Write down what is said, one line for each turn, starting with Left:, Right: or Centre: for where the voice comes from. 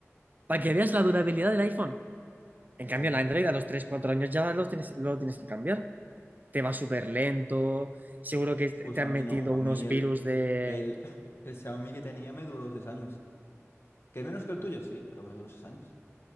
Right: Para que veas la durabilidad del iPhone.
Left: No
Right: En
Left: está
Right: cambio,
Left: mal.
Right: el Android a los tres cuatro años ya los tienes, lo tienes que cambiar. Te va súper lento. Seguro que te
Left: Pues
Right: te han
Left: a mí
Right: metido
Left: no, a
Right: unos
Left: mí el,
Right: virus de.
Left: el, <laughs> el Xiaomi que tenía me duró 6 años. Que es menos que el tuyo, sí, pero me duró 6 años.